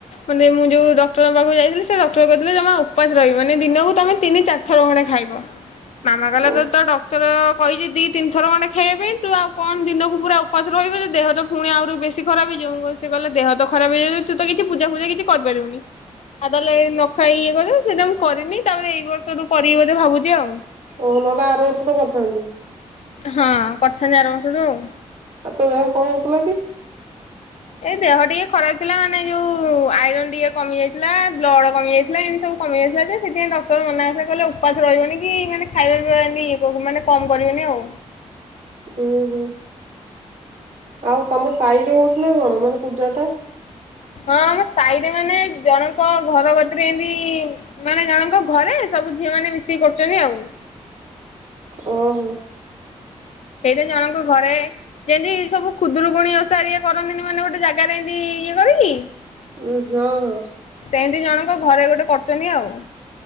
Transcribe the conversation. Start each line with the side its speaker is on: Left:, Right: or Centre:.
Left: ମାନେ ମୁଁ ଯୋଉ ଡକ୍ଟରଙ୍କ ପାଖକୁ ଯାଇଥିଲି ସେ ଡକ୍ଟର କହିଥିଲେ ଜମା ଉପାସ ରହିବନି ମାନେ ଦିନକୁ ତମେ ତିନି ଚାରି ଥର ଖଣ୍ଡେ ଖାଇବ। ମାମା କାଲା
Right: ଓ
Left: ତ ତ ଡକ୍ଟର କହିଛି ଦି ତିନିଥର ଖଣ୍ଡେ ଖାଇବା ପାଇଁ ତୁ ଆଉ କଣ ଦିନକୁ ପୁରା ଉପାସ ରହିବ ଯେ ଦେହ ତ ପୁଣି ଆହୁରି ବେଶୀ ଖରାପ ହେଇଯିବ କ ସେ କଲେ ଦେହ ତ ଖରାପ ହେଇଯାଉ ତୁ ତ କିଛି ପୂଜା ଫୂଜା କିଛି କରିପାରିବୁନି ଆଉ ତାହେଲେ ନଖା ଇଏ କଲେ ସେଇଟା ମୁଁ କରିନି ତାପରେ ଏଇ ବର୍ଷଠୁ କରିବି ବୋଧେ ଭାବୁଛି ଆଉ।
Right: ଓ ନହଲା ଆର ବର୍ଷ ଠୁ କରିଥାନ୍ତୁ।
Left: ହଁ କରିଥାନ୍ତି ଆର ବର୍ଷ ଠୁ ଆଉ।
Right: ଏ ତ ଦେହ କଣ ହଉଥିଲା କି?
Left: ଏଇ ଦେହ ଟିକେ ଖରାପ ଥିଲା ମାନେ ଯୋଉ ଆଇରନ୍ ଟିକେ କମି ଯାଇଥିଲା ବ୍ଲଡ କମି ଯାଇଥିଲା ଏମିତି ସବୁ କମି ଯାଇଥିଲା ଯେ ସେଥିପାଇଁ ଡକ୍ଟର ମନାକରିଥିଲା କହିଲେ ଉପାସ ରହିବନି କି ମାନେ ଖାଇବା ପିଇିବା ମାନେ କମ କରିବନି ଆଉ।
Right: ଉୁଁ ହୁଁ ଆଉ ତମ ସାହିରେ ହଉଛି ନା କଣ ମାନେ ପୂଜା ଟା
Left: ହଁ ଆମ ସାହିରେ ମାନେ ଜଣ ଘର କତିରେ ଏମତି ମାନେ ଜଣଙ୍କ ଘରେ ସବୁ ଝିଅ ମାନେ ମିଶେଇ କରୁଛନ୍ତି ଆଉ।
Right: ଓ ହୋ।
Left: ସେଇଟା ଜଣଙ୍କୁ ଘରେ ଯେମତି ସବୁ ଖୁଦରୁକୁୁଣୀ ଓସାର ଇଏ କରନ୍ତିନି ମାନେ ଗୋଟେ ଜାଗାରେ ଏମିତି ଇଏ କରିକି
Right: ଉ ହଁ ହଁ।
Left: ଏମିତି ଜଣଙ୍କ ଘରେ ଗୋଟେ କରଚନି ଆଉ।